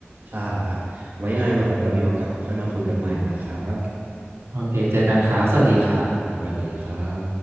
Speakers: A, on the right (about 40°); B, on the right (about 80°).
A: ใช่ครับไว้ยังไงแบบเรามีโอกาสค่อยมาคุยกันใหม่นะครับ
B: โอเคเจอกันครับสวัสดีครับ
A: สวัสดีครับ